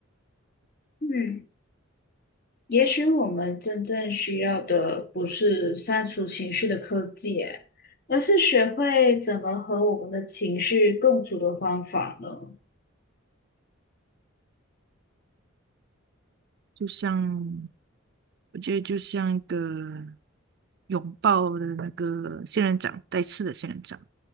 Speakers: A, on the left; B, on the right.
A: 嗯。也许我们真正需要的不是删除情绪的科技，诶而是学会怎么和我们的情绪共处的方法呢？
B: 就像我觉得就像一个拥抱的那个仙人掌，带刺的仙人掌，